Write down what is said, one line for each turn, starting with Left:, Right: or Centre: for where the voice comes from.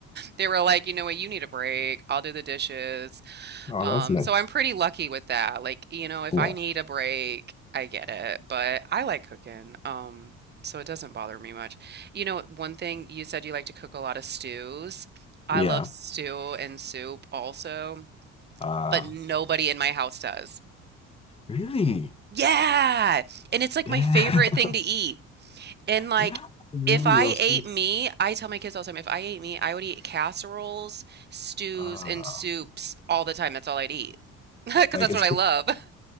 Right: They were like, you know what? You need a break. I'll do the dishes.
Left: Oh,
Right: Um,
Left: that's nice.
Right: so I'm pretty lucky with that. Like, you know, if
Left: Yeah.
Right: I need a break, I get it, but I like cooking. Um, so it doesn't bother me much. You know, one thing you said you like to cook a lot of stews. I
Left: Yeah.
Right: love stew and soup also,
Left: Uh
Right: but nobody in my house does.
Left: really?
Right: Yeah. And it's like
Left: Damn.
Right: my favorite thing
Left: <laughs>
Right: to eat. And like
Left: yeah. I really
Right: if I
Left: love stews.
Right: ate meat, I tell my kids all the time, if I ate meat, I would eat casseroles, stews,
Left: Uh
Right: and soups all the time. That's all I'd eat. <laughs> Because
Left: like
Right: that's
Left: it's
Right: what I
Left: for
Right: love.